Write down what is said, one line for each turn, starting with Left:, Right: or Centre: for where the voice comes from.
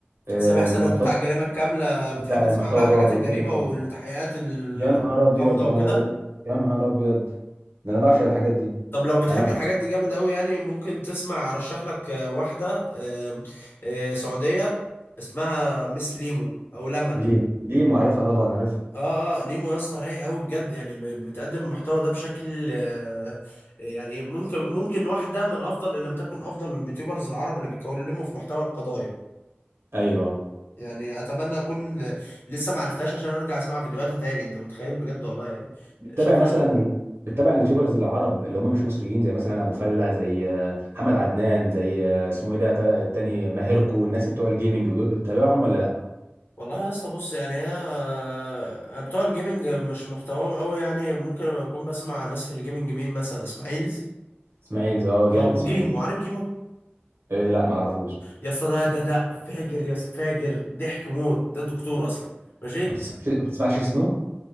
Right: آه،
Left: سامح
Right: بالمحتوى
Left: سند بتاع الجريمة الكاملة بتحب
Right: بتاع
Left: تسمع
Right: المحتوى
Left: بقى
Right: الرعب
Left: حاجات
Right: والجريمه
Left: الجريمة
Right: الكامله
Left: والتحقيقات ال-
Right: يا نهار ابيض
Left: الغامضة
Right: ده
Left: وكده
Right: انا بقول- يا نهار ابيض ده انا بعشق الحاجات دي
Left: طب لو بتحب
Right: انا
Left: الحاجات دي جامد قوي يعني ممكن تسمع ارشح لك آه، واحدة آم، آه، سعودية اسمها مس ليمو او لما
Right: ليم ليم وعارفها طبعا عارفها
Left: اه اه ليمو يا اسطى رايقة قوي بجد يعني ب- بتقدم المحتوى ده بشكل آه، يعني ممكن ممكن واحدة من افضل ان لم تكن افضل اليوتيوبرز العرب اللي بيتكلموا في محتوى القضايا
Right: ايوه
Left: يعني اتمنى اكون لسه ما عرفتهاش عشان ارجع اسمع فيديوهاتها تاني انت متخيل بجد والله يعني
Right: بتتابع
Left: شاطره
Right: مثلا
Left: قوي
Right: ال... بتتابع اليوتيوبرز العرب اللي هم مش مصريين زي مثلا ابو فله زي آه، محمد عدنان زي آه، اسمه ايه ده تا- التاني ماهركو الناس بتوع الجيمنج ودول بتتابعهم ولا لا
Left: والله يا اسطى بص يعني انا بتوع الجيمنج مش محتواهم قوي يعني ممكن اكون بسمع ناس في الجيمنج مين مثلا اسماعيل
Right: اسماعيل اه جامد
Left: اه وجيمو
Right: اسماعيل
Left: عارف جيمو
Right: إيه لا ما اعرفوش
Left: يا اسطى ده ده ده فاجر يا اسطى فاجر ضحك موت ده دكتور اصلا ماشي
Right: ما بتسمعش ما بتسمعش سنو